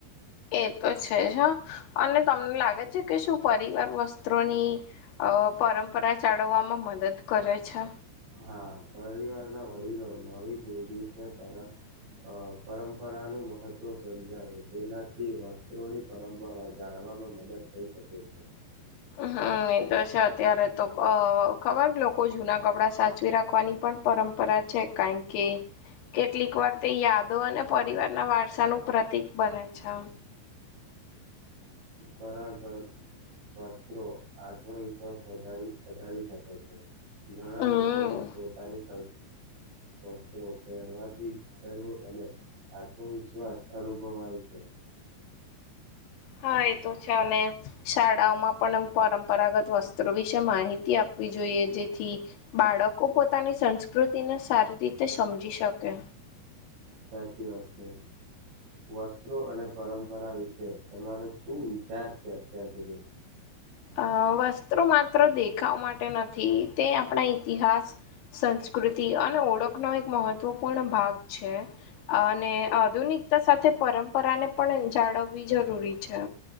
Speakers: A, on the left; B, on the right.
A: એ તો છે હા અને તમને લાગે છે, કે શું પરિવાર વસ્ત્રોની અ પરંપરા ચળવવામાં મદદ કરે છે.
B: હા, પરિવાર ના વડીલો નવી પેઢીને પરત અ પરંપરા નું મહત્વ સમજાવે તેનાથી વસ્ત્રોની પરંપરા જાણવા મદદ થઈ શકે છે
A: હમ એ તો છે, અત્યારે તો અ ખબર લોકો જૂના કપડાં સાચવી રાખવાની પણ પડ પરંપરા છે કારણ કે કેટલીક વાર તે યાદો અને પરિવારના વારસા નું પ્રતિક બને છે
B: પરાગત વસ્ત્રો આત્મવિશ્વાસ વધ વધારી શકે છે ઘણા
A: હમ
B: લોકોને પોતાની સં વસ્ત્રો પહેરવાથી અને આત્મવિશ્વાસ અનુભવ હોય છે
A: હા એ તો છે અને શાળાઓમાં પણ એમ પરંપરા પરાગત વસ્ત્રો વિશે માહિતી આપવી જોઈએ જેથી બાળકો પોતાની સંસ્કૃતિ સારી રીતે સમજી શકે
B: સાચી વાત છે વસ્ત્રો અને પરંપરા વિશે તમારો શું વિચાર છે અત્યાર સુધી
A: અ વસ્ત્રો માત્ર દેખાવ માટે નથી તે આપણા ઈતિહાસ સંસ્કૃતિ અને ઓળખનો એક મહત્વપૂર્ણ ભાગ છે, અને આધુનિક તો સાથે પરંપરાને પણ જાળવવી જરૂરી છે